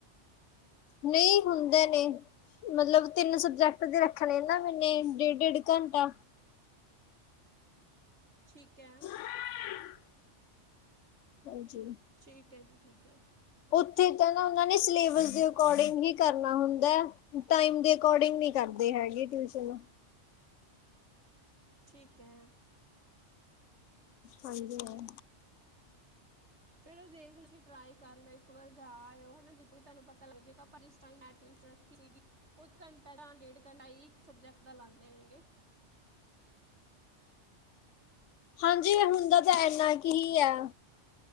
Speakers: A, on the left; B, on the right.
A: ਨਈ, ਹੁੰਦੇ ਨੇ। ਮਤਲਬ, ਤਿੰਨ ਸਬਜੈਕਟ ਦੇ ਰੱਖਨੇ ਨਾ ਮੈਨੇ, ਡੇਢ-ਡੇਢ ਘੰਟਾ।
B: ਠੀਕ ਐ।
A: ਹ <inaudible> ਹਾਂਜੀ।
B: ਠੀਕ ਐ ਜੀ, ਠੀਕ ਐ।
A: ਉੱਥੇ ਤਾਂ ਨਾ ਉਹਨਾਂ ਨੇ, ਸਿਲੇਬਸ
B: ਨਹੀਂ
A: ਦੇ ਅਕੋਰਡਿੰਗ ਹੀ ਕਰਨਾ ਹੁੰਦਾ ਐ, ਟਾਈਮ ਦੇ ਅਕੋਰਡਿੰਗ ਨੀ ਕਰਦੇ ਹੈਗੇ ਟਿਊਸ਼ਨ।
B: ਠੀਕ ਐ।
A: ਹਾਜੀ, ਹਾਂ।
B: ਚਲੋਂ ਦੇਖ ਲ, ਤੁਸੀਂ ਟਰਾਈ ਕਰ ਲਿਓ ਇੱਕ ਵਾਰ ਜਾ ਆਇਓ ਹਨਾ, ਜੇ ਕੋਈ ਤੁਹਾਨੂੰ ਪਤਾ ਲੱਗ ਜੇ, ਆਪਾਂ ਜਿਸ ਜਿਸ ਟਾਇਮ ਮੈਂ ਟਿਊਸ਼ ਰੱਖੀ ਸੀਗੀ, ਉਹ ਘੰਟਾ ਜਾਂ ਡੇਢ ਘੰਟਾ ਹੀ, ਇੱਕ ਸਬਜੈਕਟ ਦਾ ਲਾਂਦੇ ਨੇਗੇ।
A: ਹਾਂਜੀ, ਹੁੰਦਾ ਤਾਂ ਇੰਨਾ ਕਾ ਹੀ ਐ।